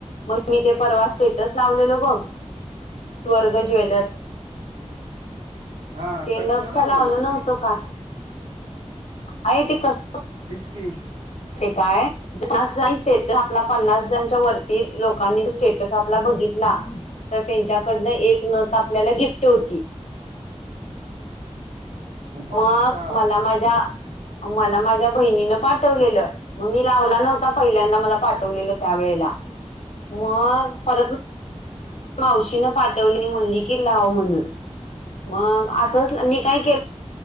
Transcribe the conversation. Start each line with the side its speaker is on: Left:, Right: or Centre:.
Left: मग मी ते परवा स्टेटस लावलेलो बघ. स्वर्ग ज्वेलर्स.
Right: हां
Left: ते
Right: कसलं
Left: नथचा
Right: लावलेलंस
Left: लावल नव्हतं
Right: ती
Left: का. आहे ते कस.
Right: तिच काय.
Left: ते काय स आपला पन्नास जणांच्या वरती. लोकांनी स्टेटस आपला बघित ला तर त्यांच्याकडन एक नथ आपल्याला गिफ्ट होती.
Right: हो भाईसाब
Left: मग मला माझ्या मला माझ्या बहिणीनं पाठवलेलं. मग मी लावला नव्हता पहिल्यांदा मला पाठवलेला त्या वेळेला. मग परत मावशीनं पाठवली म्हणली की लाव म्हणून. मग आसंच मी काय केलं